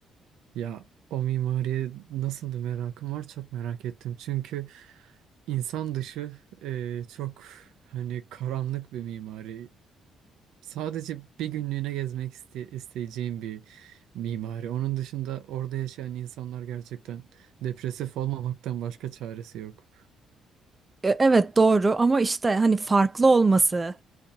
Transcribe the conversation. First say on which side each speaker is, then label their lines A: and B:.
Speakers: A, on the right (about 85°); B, on the right (about 20°).
A: Ya o mimariye nasıl bir merakım var çok merak ettim. Çünkü insan dışı e, çok hani karanlık bir mimari. Sadece bir günlüğüne gezmek iste isteyeceğim bir mimari. Onun dışında orada yaşayan insanlar gerçekten depresif olmamaktan başka çaresi yok.
B: E, Evet doğru ama işte hani farklı olması,